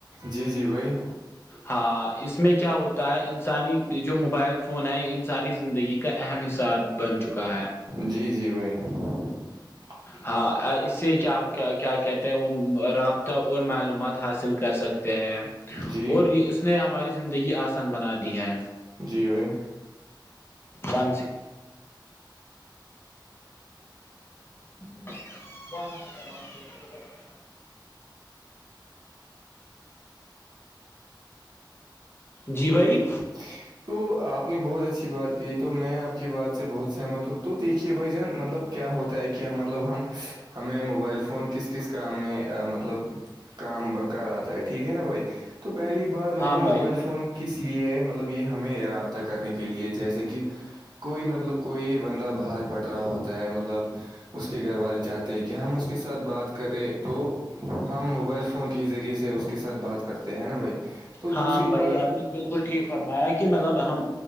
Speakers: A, on the right; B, on the left.
A: جی جی بھائی
B: ہاں اس میں کیا ہوتا ہے انسانی جو موبائل فون ہے انسانی زندگی کا اہم حساب بن چکا ہے
A: جی جی بھائی <inaudible>
B: ہاں اس سے کیا ہو کیا کہتے ہیں وہ رابطہ اور معلومات حاصل کر سکتے
A: جی
B: اور یہ اس نے ہماری زندگی آسان بنا دی ہے
A: جی بھائی
B: ون سکس ب جی بھائی
A: <inaudible> تو آپ نے بہت اچھی بات کہی تو میں آپ کی بات سے بہت سہمت ہوں تو دیکھیے بھائی جان مطلب کیا ہوتا ہے کہ مطلب ہم ہمیں موبائل فون کس کس کام میں مطلب کام برکار آتا ہے ٹھیک ہے نا بھائی تو پہلی بار مطلب
B: ہاں
A: موبائل
B: بھائی
A: فون کس لیے ہے مطلب یہ ہمیں رابطہ کرنے کے لیے جیسے کہ کوئی مطلب کوئی بندہ باہر پٹ رہا ہوتا ہے مطلب اس کے گھر والے چاہتے کہ ہم اس کے ساتھ بات کریں تو ہم موبائل فون کے ہی ذریعے سے اس کے ساتھ بات کرتے ہیں نا بھائی تو
B: ہاں
A: دوسری
B: بھائی
A: بات
B: آپ نے بالکل ٹھیک فرمایا کہ مطلب ہم